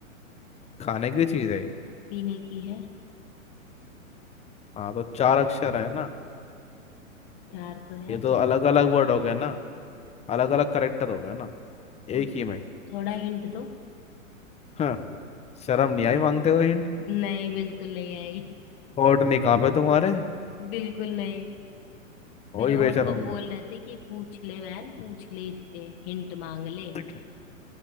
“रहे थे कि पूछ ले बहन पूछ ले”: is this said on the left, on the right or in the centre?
Left